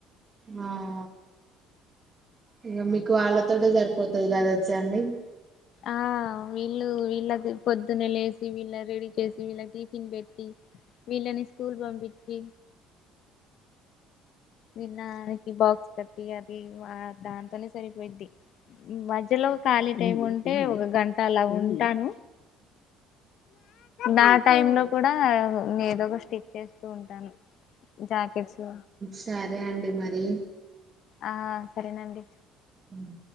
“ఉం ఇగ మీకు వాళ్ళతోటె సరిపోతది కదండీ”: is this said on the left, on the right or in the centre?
Right